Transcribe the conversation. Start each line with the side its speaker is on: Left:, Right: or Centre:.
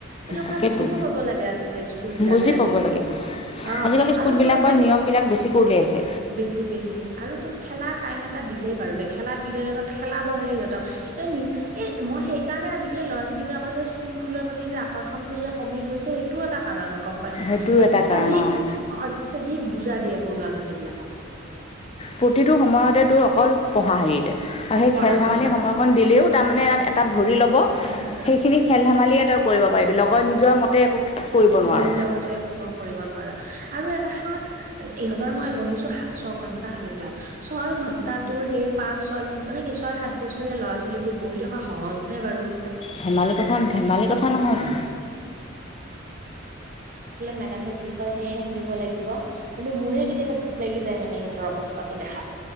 Right: এইটো
Left: তাকেতো
Right: কথা বুজিব পাব লাগে আচলতে স্কুল বিলাকে
Left: বুজি
Right: আজিকালি
Left: পাব লাগে
Right: অ
Left: আজিকালি স্কুলবিলাকৰ
Right: আৰু তোৰ এটা
Left: নিয়মবিলাক বেছিকৈ উলিয়াইছে
Right: বেছি বেছি আৰু তোৰ খ খেলা টাইম এটা দিলে বাৰু দে খেলা পিৰিয়ড এ খেলা বহে সিহঁত এ মই সেইকাৰণে আজিকালি ল'ৰা ছোৱালী বিলাকৰ যে স্কুল তোলাৰ প্ৰতি যে আকৰ্ষনতটো যে কমি গৈছে সেইটোও এটা কাৰণ গম পাইছ
Left: সেইটোও
Right: অত্যধিক
Left: এটা কাৰণ অঁ
Right: অত্যধিক বুজা দিয়ে সৰু ল'ৰা ছোৱালী বিলাকক
Left: প্ৰতিটো সময়তে তোৰ অকল পঢ়া হেৰিত আৰু সেই
Right: পঢ়া
Left: খেল ধেমালি
Right: পঢ়া
Left: সময়কণ দিলেও তাৰমানে এটাত ধৰি ল'ব
Right: <unintelligible>
Left: সেইখিনি খেল ধেমালিয়ে তই কৰিব পাৰিবি লগৰ নিজৰ মতে একো কৰিব
Right: নোৱাৰা
Left: নোৱাৰ
Right: আৰু এটা সাত ইহঁতৰ মই গনিছো ছয় ঘন্টা হয় ক্লাছ ছয় ঘন্টা তোৰ সেই পাঁচ ছয় মানে কি ছয় সাত বছৰীয়া ল'ৰা ছোৱালীবোৰ বহি থকা সহজ নে বাৰু <unintelligible>
Left: ধেমালি কথা ধেমালি কথা নহয়তো
Right: মেদামে যি কয় সেয়ে শুনিব লাগিব কিন্তু মোৰে কেতিয়াবা দুখ লাগি যায় মানে ইহঁৰ অৱস্থাতো দেখাত